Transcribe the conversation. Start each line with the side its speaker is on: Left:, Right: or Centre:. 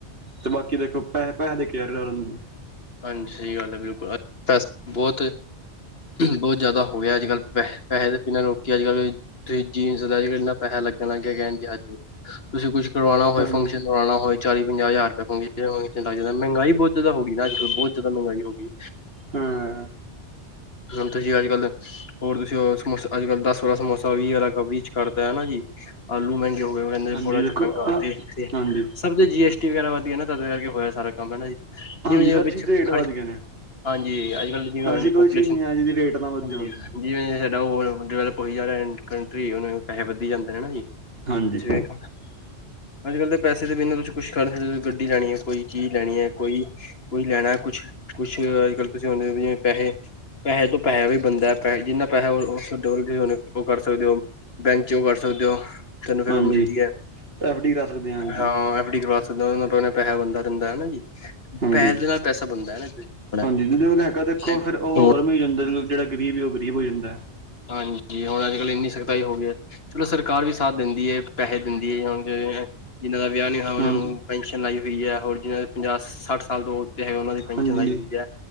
Right: ਤੇ ਬਾਕੀ ਦੇਖੋ ਪੈਸੇ, ਪੈੇ ਦੇ ਕੇ ਨੇ।
Left: ਹਾਂਜੀ, ਸਹੀ ਗੱਲ ਹੈ ਬਿਲਕੁਲ <unintelligible> ਸ ਬਹੁਤ। ਬਹੁਤ ਜ਼ਿਆਦਾ ਹੋ ਗਿਆ। ਅੱਜ ਕੱਲ ਪੈ ਪੈਸੇ ਦੇ ਬਿਨਾਂ ਲੋਕ ਅੱਜ ਕੱਲ। ਤੁਸੀਂ ਜੀਨਸ ਦਾ ਇੰਨਾ, ਪੈਸਾ ਲੱਗਣ ਲੱਗਿਆ ਕਹਿਣ ਜੀ ਹਦ ਤੁਸੀਂ ਕੁਛ ਕਰਵਾਉਣਾ ਹੋਏ,
Right: ਹਾਂਜੀ
Left: ਫੰਕਸ਼ਨ ਕਰਵਾਉਣਾ ਹੋਏ। ਚਾਲੀ, ਪੰਜਾਹ ਹਜ਼ਾਰ ਰੁਪਇ ਹੋਗੇੰਗ ਜਾਂ ਮਹਿੰਾਈ ਬਹੁਤ ਜ਼ਿਆਦਾ ਹੋ ਗਈ ਨਾ। ਅੱਜਕਲ ਬਹੁਤ ਜਿਆਦਾ ਮਹਿੰਗਾਈ ਹੋ ਗਈ।
Right: ਹਾਂ
Left: ਹੁਣ ਤੁਸੀਂ ਅੱਜ ਕੱਲ ਹੋਰ ਤੁਸੀਂ ਸਮੋਸਾ ਅੱਜ ਕੱਲ ਦਸ ਵਾਲਾ, ਸਮੋਸਾ ਵੀਹ ਅ ਕੀ ਚ ਕਰਦਾ ਹੈ ਜੀ। ਆਲੂ ਮਹਿੰਗੇ ਹੋ ਗਏ। ਕਹਿੰਦੇ
Right: ਹਾਂਜੀ
Left: <unintelligible> ਬੋੜਾ
Right: ਦੇਖੋ
Left: ਚੂ ਮਹਿੰਗਾ
Right: ਆਹ ਹਾਂਜੀ
Left: ਸਭ ਤੇ ਜੀ ਐਸ ਟੀ, ਵਗੈਰਾ ਵਧ ਗਿਆ ਨਾ, ਤਦੇ ਕਰਕੇ ਹੋਇਆ ਏ ਸਾਰਾ ਕੰਮ ਹਨਾ ਜੀ। ਜਿਵੇਂ-
Right: ਹਾਂਜੀ
Left: ਜਿਵੇਂ,
Right: ਹਰ ਚੀਜ਼
Left: ਪਛ
Right: ਦੇ
Left: <unintelligible>
Right: ਰੇਟ
Left: ਖ
Right: ਵੱਧ ਗਏ ਨੇ
Left: ਹਾਂਜੀ, ਅੱਜ ਕੱਲ ਜਿਵੇਂ ਹੁ
Right: ਐਸੀ ਕੋਈ
Left: ਪਾਪੂਲੇਸ਼ਨ
Right: ਚੀਜ਼ ਨਹੀਂ ਹੈ ਜਿਹਦੀ ਰੇਟ ਨਾ ਵੱਧੇ
Left: ਹਾਂਜੀ।
Right: ਹੋਣ
Left: ਜਿਵੇ ਸਾਡਾ ਡਿਵੈਲਪ ਹੋਈ ਜਾ ਰਿਹਾ ਕੰਟਰੀ। ਉਹਨੂੰ ਪੈਸੇ ਵੱਧੀ ਜਾਂਦੇ ਹਨਾ ਜੀ।
Right: ਹਾਂਜੀ
Left: ਜੀ ਵੇਖ, ਅੱਜ ਕੱਲ ਤੇ ਪੈਸੇ ਦੇ ਬਿਨਾਂ ਤੁਸੀ, ਕੁਛ ਕਰ ਨਹੀਂ ਸਕਦੇਂ। ਗੱਡੀ ਲੈਣੀ ਹੈ ਕੋਈ, ਚੀਜ਼ ਲੈਣੀ ਹੈ ਕੋਈ। ਕੁਈ ਲੈਣਾ ਹੈ ਕੁਛ। ਕੁਛ ਅੱਜ ਕੱਲ ਤੁਸੀਂ ਬੰਦੇ ਨਹੀਂ ਹੈ, ਜਿਵੇਂ ਪੈਸੇ। ਪੈਸੇ ਤੋਂ ਪੈਸਾ ਵੀ ਬਣਦਾ ਹੈ। ਪੈ ਜਿੰਨਾ ਪੈਸਾ ਤੁਸੀਂ ਉਹ ਕਰ ਸਕਦੇ ਹੋ। ਬੈਂਕ ਚੋਂ ਕਰ ਸਕਦੇ ਹੋ। ਤੈਨੂੰ ਫੇਰ
Right: ਹਾਂਜੀ
Left: ਉਹ ਮਿਲਦੀ ਹੈ।
Right: ਐਫ ਡੀ ਕਰਾ ਸਕਦੇ ਹਾਂਜੀ
Left: ਹਾਂ ਐਫ ਡੀ, ਕਰਵਾ ਸਕਦੇ ਹੋ। ਪੈਸਾ ਬੰਦਾ ਰਹਿੰਦਾ ਹੈ ਨਾ ਜੀ।
Right: ਹਾਂਜੀ।
Left: ਪੈਸੇ ਦੇ ਨਾਲ ਪੈਸਾ ਬਣਦਾ ਹੈ
Right: ਹਾਂਜੀ ਜਿਦੇ ਕੋਲ ਹੈਗਾ। ਦੇਖੋ
Left: ਨਾ
Right: ਫੇਰ ਉਹ ਹੋਰ ਮਿਲ ਜਾਂ ਜਿਹੜਾ। ਗਰੀਬ ਹੀ ਉਹ ਗਰੀਬ ਹੋ ਜਾਂਦਾ।
Left: ਹਾਂਜੀ। ਹੁਣ ਅੱਜ ਕੱਲ ਇੰਨੀ ਸਖਤਾਈ ਹੋ ਗਈ ਹੈ। ਚਲੋ ਸਰਕਾਰ ਵੀ ਸਾਥ ਦਿੰਦੀ ਹੈ। ਪੈਸੇ ਦਿੰਦੀ ਹੈ ਹੁਣ ਜਿਵੇਂ। ਜਿਹਨਾਂ ਦਾ ਵਿਆਹ ਨਹੀਂ ਹੋਇਆ ਉਹਨਾਂ
Right: ਹਾਂਜੀ
Left: ਨੂੰ ਪੈਨਸ਼ਨ ਲਾਈ ਹੋਈ ਹੈ। ਹੋਰ ਜਿਹਨਾਂ ਦੇ ਪੰਜਾਹ, ਸੱਠ ਸਾਲ ਤੋਂ ਹੈ ਉਹਨਾਂ ਦੀ ਪੈਨਸ਼ਨ
Right: ਹਾਂਜੀ
Left: ਲਾਈ
Right: ਜੀ
Left: ਹੁਈ ਹੈ,